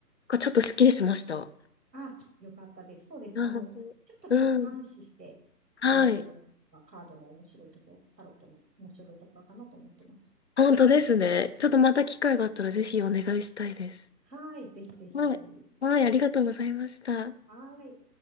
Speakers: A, on the left (about 40°); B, on the right (about 85°).
A: ちょっとスッキリしました。あ、
B: あ、よかったです。そうです。
A: 本当。
B: あの、ちょっと客観視して見れるようになカードの面白いところ、
A: うん。はい。
B: タロットの面白いところかなと思ってます。
A: 本当ですね。ちょっとまた機会があったらぜひお願いしたいです。
B: はい。ぜひぜひ。
A: はい。はい、ありがとうございました。
B: はい。